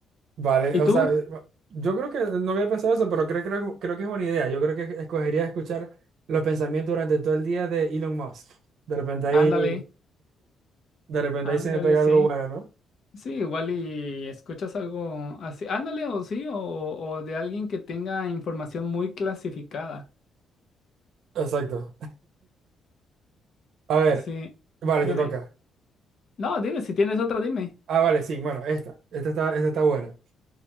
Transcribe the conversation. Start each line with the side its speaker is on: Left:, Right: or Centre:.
Right: vale.
Left: ¿Y
Right: O
Left: tú?
Right: sea, yo creo que no había pensado eso, pero creo, creo, creo que es buena idea. Yo creo que escogería escuchar los pensamientos durante todo el día de Elon Musk. De repente ahí,
Left: Ándale,
Right: de repente
Left: ándale,
Right: ahí se me pega
Left: sí.
Right: algo bueno, ¿no?
Left: Sí, igual y escuchas algo así. Ándale, o sí, o, o de alguien que tenga información muy clasificada.
Right: Exacto. A ver,
Left: Sí,
Right: vale,
Left: dime.
Right: te toca.
Left: No, dime, si tienes otra, dime.
Right: Ah, vale, sí, bueno, esta, esta está, esta está buena.